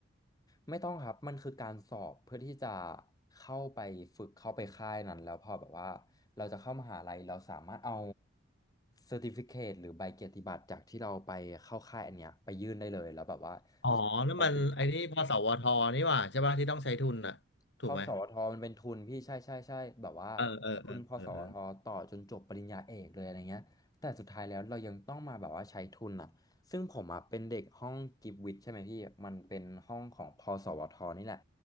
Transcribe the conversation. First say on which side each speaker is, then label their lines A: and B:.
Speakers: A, on the left (about 20°); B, on the left (about 60°).
A: ไม่ต้องครับ มันคือการสอบเพื่อที่จะเข้าไปฝึกเข้าไปค่ายนั้นแล้วพอแบบว่าเราจะเข้ามหาลัยเราสามารถเอาเซอร์ติฟิเคตหรือใบเกียรติบัตรจากที่เราไปเข้าค่ายอันเนี้ยไปยื่นได้เลยแล้วแบบว่า
B: อ๋อนั่นมันไอ้นี่พสวทนี่หว่าใช่ป่ะที่ต้องใช้ทุนอ่ะถูกไหม
A: เราติด พอสวทมันเป็นทุนพี่ใช่ใช่ใช่แบบว่า
B: เออเออเออเออเออ
A: ทุนพอสวทต่อจนจบปริญญาเอกเลยอะไรเงี้ยแต่สุดท้ายแล้วเรายังต้องมาแบบว่าใช้ทุนอ่ะซึ่งผมอ่ะเป็นเด็กห้องกิฟวิทย์ใช่ไหมพี่มันเป็นห้องของพอสวทนี่แหละ